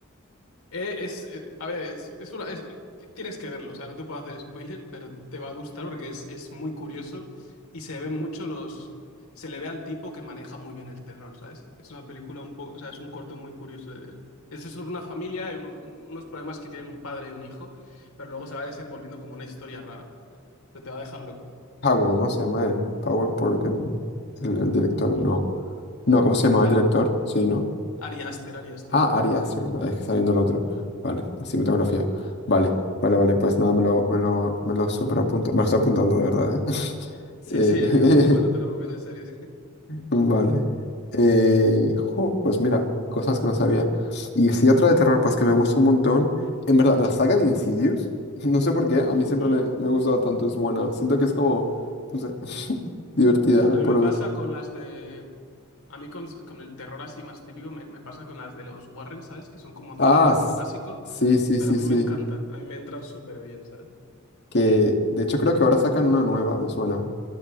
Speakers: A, on the left (about 85°); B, on the left (about 55°).
A: Eh, es, eh, a ver, es, es una, es- ti- tienes que verlo, o sea, no te puedo hacer spoiler, pero te va a gustar porque es, es muy curioso y se ven mucho los... Se le ve al tipo que maneja muy bien el terror, ¿sabes? Es una película un poco, o sea, es un corto muy curioso de ver. Es sobre una familia, y uno- unos problemas que tienen un padre y un hijo, pero luego se va desenvolviendo como una historia rara. Pero te va a dejar loco.
B: Powell, ¿no? Se llama el Powell porque el, el director,
A: Mm,
B: no. No, ¿cómo se llamaba
A: Sí,
B: el director? Sí, ¿no?
A: Ari Aster, Ari Aster.
B: Ah, Ari Aster, vale, es que está viendo el otro. Vale, cinematografía. Vale, vale, vale, pues nada, me lo, me lo, me lo super apunto. Me lo estoy apuntando de verdad, ¿eh? <laughs>
A: Sí,
B: Eh,
A: sí, es muy bueno, te lo recomiendo en serio.
B: Vale. Eh, jo, pues mira, cosas que no sabía. Y si otra de terror, pues que me gusta un montón. En verdad, la saga de Insidious, <laughs> no sé por qué, a mí siempre
A: <laughs>
B: me, me ha gustado tanto, es buena. Siento que es como, no sé, <laughs> divertida
A: A
B: por
A: mí me pasa
B: ver.
A: con las de... A mí con, con el terror así más típico me, me pasa con las de los Warren, ¿sabes? Que son como cine
B: Ah,
A: de terror
B: s-
A: muy básico,
B: sí, sí,
A: pero
B: sí,
A: a mí
B: sí.
A: me encantan, a mí me entran súper bien, ¿sabes?
B: Que de hecho creo que ahora sacan una nueva, más buena.